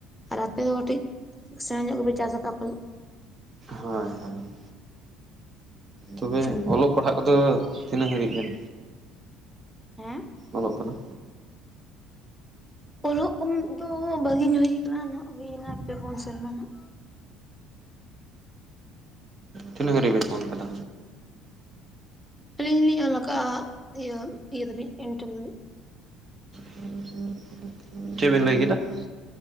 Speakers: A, in the centre; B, on the right (about 35°).
A: ᱟᱨ ᱟᱯᱮ ᱫᱚ ᱠᱟᱹᱴᱤᱡ ᱥᱮᱬᱟ ᱧᱚᱜ ᱜᱮᱯᱮ ᱪᱟᱥ ᱟᱠᱟᱜ-ᱟ ᱯᱟᱞᱮ
B: ᱦᱳᱭ ᱦᱳᱭ ᱛᱚᱵᱮ
A: ᱦᱮᱸ
B: ᱚᱞᱚᱜ ᱯᱟᱲᱦᱟᱜ ᱠᱚᱫᱚ ᱛᱤᱱᱟᱹᱜ ᱦᱟᱹᱨᱤᱡ ᱵᱮᱱ
A: ᱦᱮᱸ
B: ᱚᱞᱚᱜ ᱠᱟᱱᱟ
A: ᱚᱞᱚᱜ ᱠᱚ ᱫᱚ ᱵᱷᱟᱹᱜᱤᱧ ᱦᱩᱭ ᱟᱠᱟᱱᱟ ᱱᱟᱜ ᱦᱩᱭᱱᱟ ᱯᱮ ᱵᱩᱱ ᱥᱮᱨᱢᱟ ᱱᱷᱟᱜ
B: ᱛᱤᱱᱟᱹᱜ ᱦᱟᱹᱨᱤᱡ‌ᱵᱤᱱ ᱚᱞ ᱟᱠᱟᱫᱟ
A: ᱟᱹᱞᱤᱧ ᱞᱤᱧ ᱚᱞ ᱟᱠᱟᱜᱼᱟ ᱤᱭᱟᱹ ᱤᱭᱟᱹ ᱫᱷᱟᱹᱵᱤᱡ ᱮᱱᱴᱟᱨ
B: <inaudible> ᱪᱮᱫ ᱵᱮᱱ ᱞᱟᱹᱭ ᱠᱮᱫᱟ <inaudible>